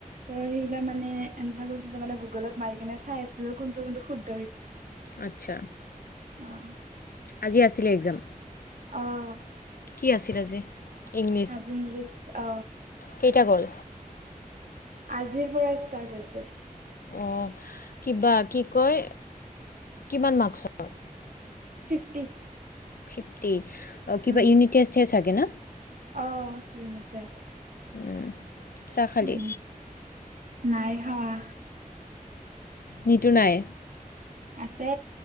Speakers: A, on the right (about 60°); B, on the left (about 85°).
A: ত' সেইবিলাক মানে এনচাৰবোৰ কৰি মানে গুগলত মাৰি কেনে চাই আছিলো কোনটো কোনটো শুধ
B: আচ্ছা।
A: অহ।
B: আজি আছিলে একজাম?
A: অ'
B: কি আছিল আজি? ইংলিছ
A: আজি ইংলিছ, অ।
B: কেইটা গ'ল
A: আজিৰ পৰা ষ্টাৰ্ট হৈছে।
B: অ' কিবা, কি কয় কিমান মাৰ্কসৰ?
A: ফিফটি।
B: ফিফটি? অ কিবা
A: উম
B: ইউনিট টেষ্টহে চাগে ন?
A: অ' ইউনিট টেষ্ট।
B: উম। চাহ খালি?
A: উম নাই খাৱা।
B: নিতু নাই?
A: আছে।